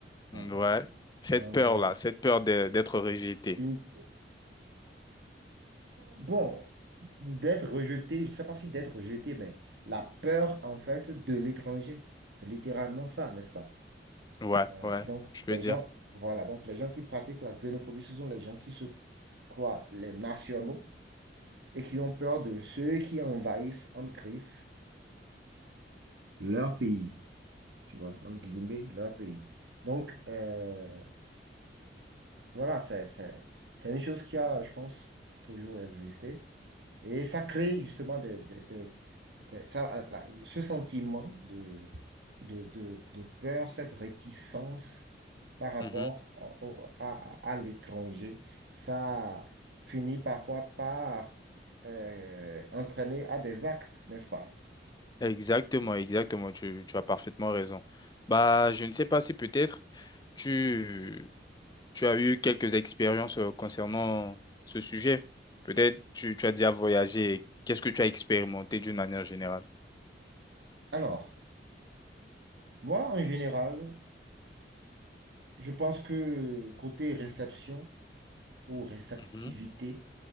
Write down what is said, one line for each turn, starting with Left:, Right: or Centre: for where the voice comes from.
Right: hein,
Left: Ouais, cette
Right: envers
Left: peur-là, cette peur de- d'être rejeté.
Right: une, Bon, d'être rejeté, je ne sais pas si d'être rejeté, mais la peur, en fait, de l'étranger. C'est littéralement ça, n'est-ce pas?
Left: Ouais,
Right: Euh,
Left: ouais,
Right: donc,
Left: je peux
Right: les
Left: dire.
Right: gens, voilà, donc les gens qui pratiquent la xénophobie, ce sont les gens qui se croient les nationaux et qui ont peur de ceux qui envahissent, en griffe, leur pays, tu vois, entre guillemets, leur pays. Donc, euh, voilà, c'est, c'est, c'est une chose qui a, je pense, toujours existé. Et ça crée justement des, des- des- des- ça, euh, la- ce sentiment de, de, de- de peur, cette réticence par rapport
Left: Mhm.
Right: au- au- à, à- à l'étranger. Ça finit parfois par euh, entraîner à des actes, n'est-ce pas?
Left: Exactement, exactement, tu, tu as parfaitement raison. Bah, je ne sais pas si peut-être tu, tu as eu quelques expériences euh, concernant ce sujet. Peut-être tu, tu as déjà voyagé. Qu'est-ce que tu as expérimenté d'une manière générale?
Right: Alors, moi, en général, je pense que côté réception ou réceptivité,
Left: Mhm.